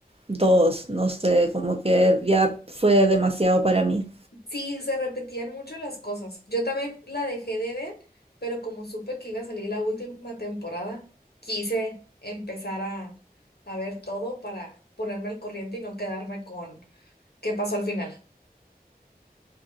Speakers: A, on the right; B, on the left.
A: 2, no sé, como que ya fue demasiado para mí.
B: Sí, se repetían mucho las cosas. Yo también la dejé de ver, pero como supe que iba a salir la última temporada, quise empezar a, a ver todo para ponerme al corriente y no quedarme con qué pasó al final.